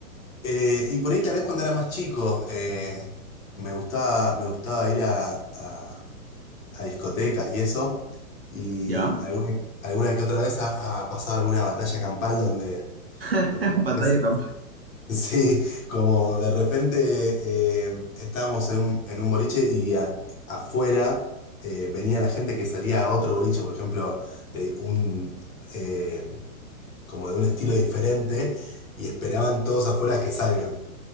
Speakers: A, on the left; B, on the right.
A: Eh, y por ahí tal vez cuando era más chico eh, me gustaba, me gustaba ir a, a- a discotecas y eso. Y
B: ¿Ya?
A: alguna, alguna que otra vez ha, ha pasado alguna batalla campal donde,
B: <laughs>
A: donde tal
B: Batalla
A: vez-
B: campal
A: <laughs> sí, como de repente eh, estábamos en un, en un boliche y a- afuera eh, venía la gente que salía a otro boliche, por ejemplo, de un, eh, como de un estilo diferente, y esperaban todos afuera que salgan.